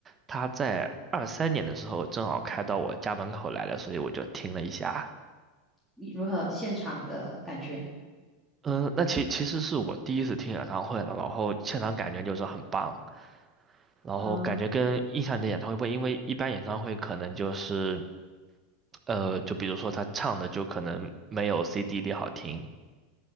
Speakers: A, on the right; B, in the centre.
A: 他在二三年的时候正好开到我家门口来了，所以我就听了一下。
B: 你如何现场的感觉
A: 嗯，那其其实是我第一次听演唱会了，然后现场感觉就是很棒，然后感觉跟印象里的演唱会不一样，
B: 啊？
A: 因为一般演唱会可能就是呃，就比如说他唱的就可能没有 CD 里好听，